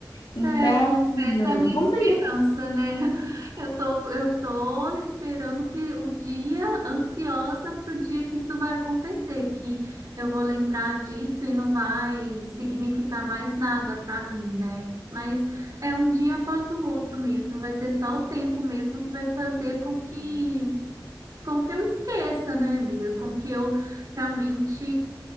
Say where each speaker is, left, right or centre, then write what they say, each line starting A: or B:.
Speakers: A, on the left; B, on the right.
A: Então,
B: É, essa é a minha
A: vamos
B: esperança,
A: aí.
B: né? <laughs> Eu tô, eu tô esperando que o dia, ansiosa pro dia que isso vai acontecer, que eu vou lembrar disso e não vai significar mais nada para mim, né? Mas é um dia após o outro mesmo, vai ser só o tempo mesmo que vai fazer com que com que eu esqueça, né, amiga? Com que eu realmente,